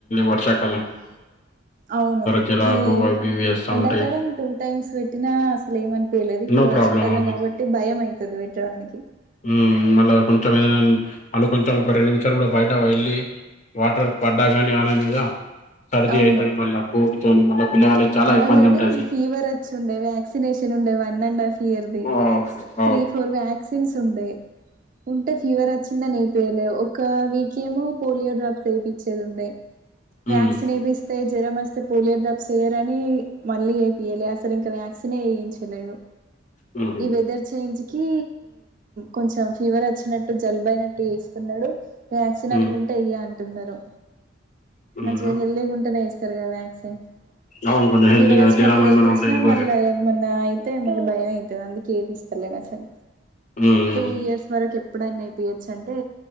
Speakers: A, on the left; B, on the right.
A: వర్ష <unintelligible>
B: అవును
A: జరాలు
B: ఈ
A: అవి ఇవి వేస్తా
B: ఎండాకాలం
A: ఉంటాయి
B: టూ టైమ్స్ విట్. ట్టినా అసలు ఏమనిపయలేదు ఇప్పుడు
A: నో
B: వర్షాకాలం
A: ప్రాబ్లం అవును
B: కాబట్టి భయం అయితుంది పెట్టడానికి.
A: ఉ మళ్ళా కొంచెం ఏదైనా వాళ్ళ కొంచెం ఒక రెండు నిమిషాలు కూడా బయట వెళ్ళి. వాటర్ పడ్డా కాని వాళ్ల మీద సర్ది
B: అవును
A: అవుతుది మళ్ళీ కోటుతోని మళ్ళీ పిల్లగాళ్ళకి. చాలా
B: ఆల్రెడీ
A: ఇబ్బంది ఉంటది
B: ఫీవర్ వచ్చి ఉండే వ్యాక్సిన్ వేసీ ఉండే వన్ అండ్ హాఫ్ ఇయర్ది.
A: ఆఫ్కో.
B: త్రీ ఫోర్ వ్యాక్సిన్స్ ఉంటాయి. ఉంటే ఫీవర్ వచ్చిందని ఎయిపియలే ఒక వీక్ ఏమో పోలియో డ్రాప్స్ ఏపించి ఉండే.
A: హ్మ్
B: వ్యాక్సిన్ ఏపిస్తే ఇస్తే జ్వరం వస్తే పోలియో డ్రాప్స్ ఏయం. ని మళ్ళీ ఏయలే అసలు ఇంకా వ్యాక్సన్ వేయించలేదు.
A: హ్మ్
B: ఈ వెదర్ చేంజ్. కి కొంచెం ఫీవర్ వచ్చినట్టు జలుబు అయినట్టు వేస్తున్నాడు. వ్యాక్సిన్
A: హ్మ్
B: అట్లుంటే వేయ్యా అంటున్నారు
A: హ్మ్
B: మంచిగా హెల్దీగా ఉంటేనే వేస్తారు కదా వ్యాక్సిన్. సె <inaudible>
A: అవును. కొంచెం హెల్దీగా
B: ఫీవర్ వచ్చినప్పుడు
A: జరం ఏమైనా
B: ఏ పిచ్చినా
A: ఉంటాయి
B: మళ్ళా
A: బరి
B: అయ్. మొన్నా అయితే మన్న భయం అయితాది అందుకే ఏపిస్తలే అసలు
A: హ్మ్
B: టూ ఇయర్స్ వరకు. ఇప్పుడైనా ఎపించొచు అంటే